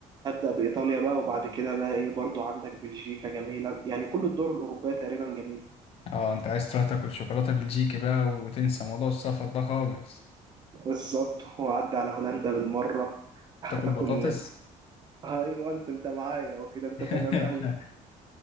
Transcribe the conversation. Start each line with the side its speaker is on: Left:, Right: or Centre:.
Right: أبدأ بإيطاليا بقى وبعد كده بقى إيه برضو عندك بلجيكا جميلة يعني كل الدول الأوروبية تقريبا جميلة
Left: اه انت عايز تروح تاكل شوكولاتة بلجيكي بقى وتنسى موضوع السفر ده خالص
Right: بالظبط وأعدي على هولندا بالمرة أكل
Left: تاكل بطاطس
Right: <laughs> أيوه أنت أنت معايا وكده أنت
Left: <laughs>
Right: تمام أوي